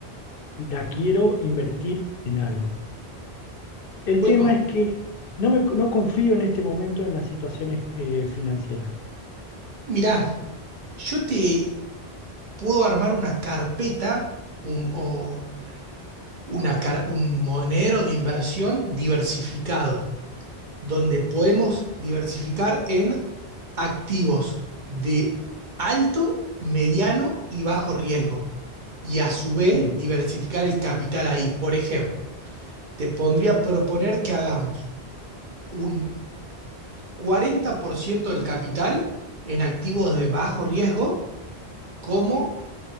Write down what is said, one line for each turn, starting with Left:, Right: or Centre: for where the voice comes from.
Left: la quiero invertir en algo. El
Right: Bueno,
Left: tema es que no, me, no confío en este momento en las situaciones eh, financieras.
Right: mirá, yo te puedo armar una carpeta un- o una car- un monedero de inversión diversificado. donde podemos diversificar en activos de alto, mediano y bajo riesgo. Y a su vez
Left: Sí,
Right: diversificar el capital ahí. Por ejemplo, te pondría a proponer que hagamos un 40% del capital en activos de bajo riesgo como